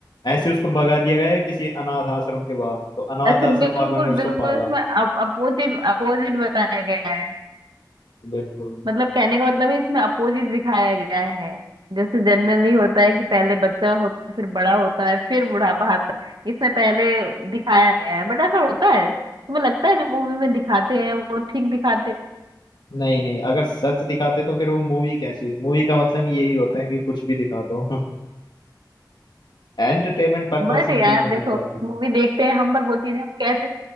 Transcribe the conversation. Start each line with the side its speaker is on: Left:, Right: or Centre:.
Left: ऐसे उसको भगा दिया गया है किसी अनाथ आश्रम के बाहर तो अनाथ
Right: अच्छा
Left: आश्रम
Right: बिल्कुल
Left: वालों ने उसको
Right: बिल्कुल
Left: पाला
Right: इसमें अपोजिट अपोजिट बताया गया
Left: बिल्कुल
Right: मतलब कहने का मतलब है इसमें अपोजिट दिखाया गया है जैसे जनरली होता है कि पहले बच्चा होता है फिर बड़ा होता है फिर बुढ़ापा आता है इसमें पहले दिखाया गया है बट ऐसा होता है तुम्हें लगता है जो मूवी में दिखाते हैं वो ठीक दिखाते हैं
Left: नहीं नहीं अगर सच दिखाते तो फिर वो मूवी कैसी हुई मूवी का मतलब यही होता है कि कुछ भी दिखा दो <laughs> एंटरटेनमेंट पर्पज
Right: बट
Left: से मूवी
Right: यार
Left: बनाई
Right: देखो
Left: जाती
Right: मूवी देखते हैं हम पर वो चीजें हम कैच